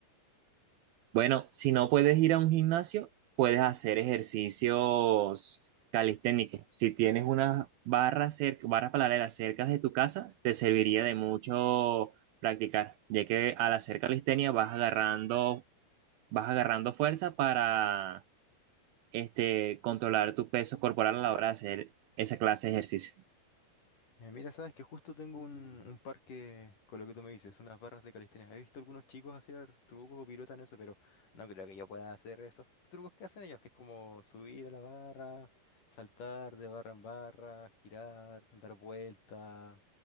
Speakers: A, on the right; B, on the left.
A: Bueno, si no puedes ir a un gimnasio, puedes hacer ejercicios calisténicos. Si tienes unas barras cerca, barras paralelas cerca de tu casa, te serviría de mucho practicar, ya que al hacer calistenia vas agarrando, vas agarrando fuerza para este, controlar tu peso corporal a la hora de hacer esa clase de ejercicio.
B: Eh, mira, sabes que justo tengo un, un parque con lo que tú me dices, unas barras de calistenia. He visto algunos chicos hacer trucos o piruetas en eso, pero no creo que yo pueda hacer esos trucos que hacen ellos, que es como subir a la barra, saltar de barra en barra, girar, dar vuelta.